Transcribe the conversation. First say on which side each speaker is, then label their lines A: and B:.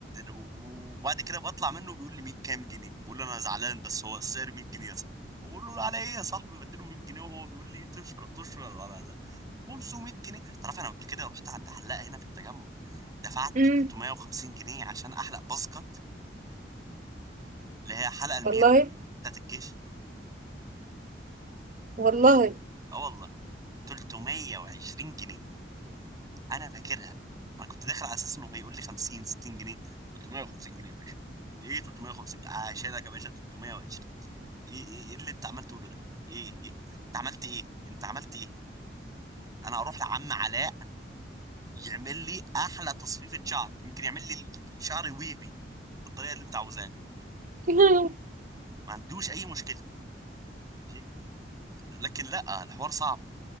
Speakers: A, on the right; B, on the right.
A: وبعد كده بطلع منه بيقول لي 100 كام جنيه بقول له انا زعلان بس هو السعر 100 جنيه يا صاحبي بقول له على ايه يا صاحبي بديله 100 جنيه وهو بيقول لي تشكر تشكر على ده 500 جنيه تعرف انا قبل كده رحت عند حلاقه هنا في التجمع دفعت
B: امم
A: 350 جنيه عشان احلق باسكت اللي هي حلقه الميري
B: والله
A: بتاعت الجيش
B: والله
A: اه والله 320 جنيه انا فاكرها انا كنت داخل على اساس انه هيقول لي 50 60 جنيه 350 جنيه يا باشا ايه 350 عشانك يا باشا 320 ايه ايه إيه اللي انت عمال تقوله ده ايه ايه انت عملت ايه انت عملت ايه انا اروح لعم علاء يعمل لي احلى تصفيفة شعر يمكن يعمل لي شعري ويفي بالطريقة اللي انت عاوزها كده
B: <laughs>
A: ما عندوش اي مشكلة ماشي لكن لا الحوار صعب